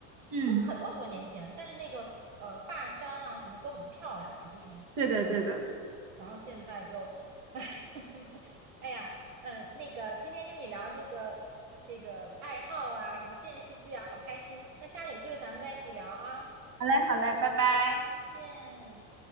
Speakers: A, on the right (about 70°); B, on the right (about 80°).
A: 嗯，
B: 就是很多很多年前，但是那个呃发簪啊什么都很漂亮嘛，就是弄的。
A: 对的对的。
B: 然后现在就，<laughs> 哎呀，嗯，那个今天跟你聊这个这个爱好啊，什么电视剧啊，好开心。那下次有机会咱们再一起聊啊。
A: 好嘞好嘞，拜拜。
B: 再见。